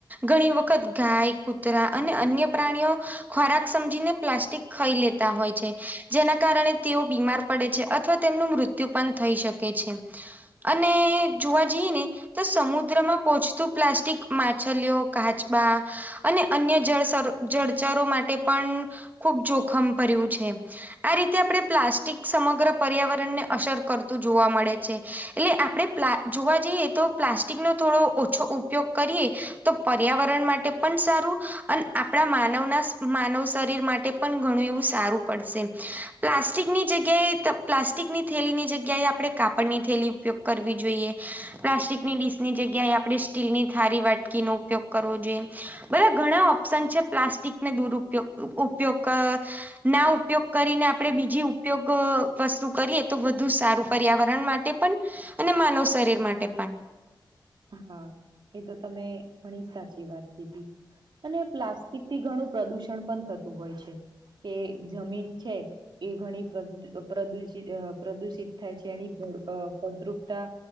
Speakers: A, on the right; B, on the right.
A: ઘણી વખત ગાય, કૂતરા અને અન્ય પ્રાણીઓ ખોરાક સમજીને પ્લાસ્ટિક ખઈ લેતા હોય છે. જેનાં કારણે તેઓ બીમાર પડે છે. અથ થવા તેમનું મૃત્યુ પણ થઈ શકે છે. અને.. જોવા જઈએ ને તો સમુદ્રમાં પોહચતું પ્લાસ્ટિક માછલીઓ કાચબા અને અન્ય જળ સરો જળજરો માટે પણ ખૂબ જોખમ ભર્યું છે આ રીતે આપ પ્લાસ્ટ સમગ્ર પર્યાવરણ ને અસર કરતું જોવા મળે છે એટલે આપણે પ્લા જોવા જઈએ તો પ્લાસ્ટિક નો થોડો ઓછો ઉપયોગ કરીએ તો પર્યાવરણ માટે પણ સારું અને આપણા માનવના માનવ શરીર માટે પણ ઘણું એવું સારું પડશે પ્લાસ્ટિકની જગ્યાએ પ્લાસ્ટિકની થેલીની જગ્યાએ આપડે કાપડની થેલી ઉપયોગ કરવી જોઈએ. પ્લાસ્ટિકની ડીસની જગ્યાએ આપડે સ્ટીલની થારી વાટકીનો ઉપયોગ કરવો જોઈએ. બધા ઘણા ઓપ્શન છે પ્લાસ્ટિકને દુરયોગ ઉપયોગ અહ ના ઉપયોગ કરીને આપણડે બીજી ઉપયોગ. વસ્તુ કરીએ તો વધુ સારું પર્યાવરણ માટે પણ અને માનવ શરીર માટે પણ.
B: હા એ તો તમે ઘણી જ સાચી વાત કીધી. અને પ્લાસ્ટિકથી ઘણું પ્રદુષણ પણ થતું હોય છે. કે જમીન છે. એ ઘણી પ્રદુ અહ પ્રદુષિત પ્રદુષિત થાય છે એની ફળ અહ ફળદ્રુપતા